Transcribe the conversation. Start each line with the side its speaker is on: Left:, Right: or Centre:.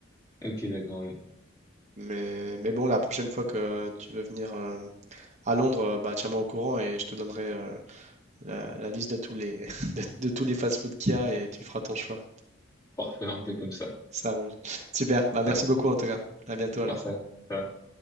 Left: Ok, d'accord. Oui.
Right: Mais, mais bon, la prochaine fois que tu veux venir euh, à Londres, euh, bah, tiens-moi au courant et je te donnerai euh, la, la liste de tous les, <laughs> de, de tous les fast-food qu'il y a et tu feras ton choix.
Left: Parfait. On fait comme ça.
Right: Ça roule. Super. Bah, merci
Left: Ça va.
Right: beaucoup en tout cas. À bientôt alors.
Left: Merci. Ça va.